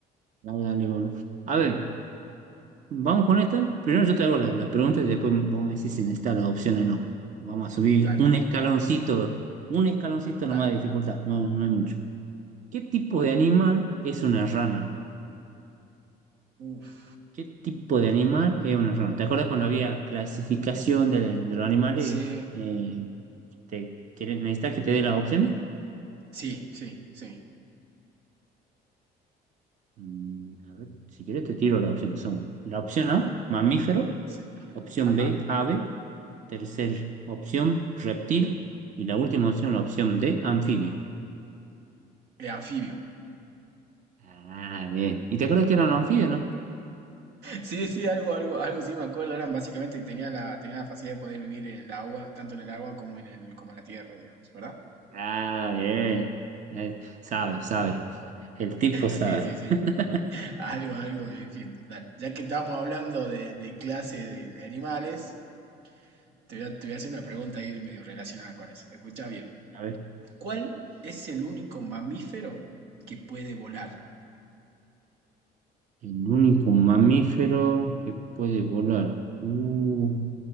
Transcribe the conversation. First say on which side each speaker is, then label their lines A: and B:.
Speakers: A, on the right (about 45°); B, on the right (about 80°).
A: Dale, dale, bueno. A ver, vamos con esta. Primero yo te hago la, la pregunta y después vos me decís si necesitas la opción o no. Vamos a subir
B: Dale,
A: un escaloncito, un escaloncito
B: dale.
A: nomás de dificultad, no, no es mucho. ¿Qué tipo
B: Dale.
A: de animal es una rana?
B: Uf.
A: ¿Qué tipo de animal es una rana? ¿Te acuerdas cuando había clasificación de, de los animales?
B: Sí,
A: Eh, te, ¿quieres, necesitas que te dé las opciones?
B: sí, sí, sí.
A: Mm, a ver, si quieres te tiro las opciones. Son la opción A, mamífero,
B: sí.
A: opción
B: Ajá.
A: B, ave. Tercer opción, reptil. Y la última opción, la opción D, anfibio.
B: Eh, anfibio.
A: Ah, bien. ¿Y te acuerdas que eran los anfibios, no?
B: Sí, sí, algo, algo, algo sí me acuerdo. Eran básicamente tenía la, tenía la facilidad de poder vivir en el agua, tanto en el agua como en el, como en la tierra, digamos, ¿verdad?
A: Ah, bien. Eh, sabe, sabe. El tipo sabe.
B: Sí, sí, sí.
A: <laughs>
B: Algo, algo me defiendo. Dale. Ya que estábamos hablando de, de clase de, de animales, te voy a, te voy a hacer una pregunta ahí medio relacionada con eso. Escucha bien.
A: A ver,
B: ¿Cuál es el único mamífero que puede volar?
A: el único mamífero que puede volar. Uh,